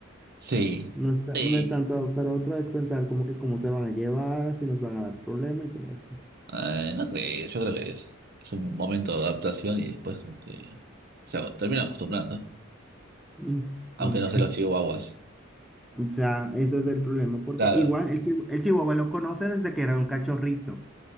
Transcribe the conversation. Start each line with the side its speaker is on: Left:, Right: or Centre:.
Right: Sí.
Centre: No está,
Right: Sí.
Centre: no es tanto adoptar a otro, es pensar como que cómo se van a llevar, si nos van a dar problema y todo eso.
Right: Eh, no creo, yo creo que es, es un momento de adaptación y después como que se aco- terminan acostumbrando.
Centre: Mm,
Right: Aunque
Centre: mm.
Right: no sé los chihuahuas.
Centre: <laughs> O sea, eso es el problema, porque
Right: Claro,
Centre: igual el, chihu- el chihuahua lo conoce desde que era un cachorrito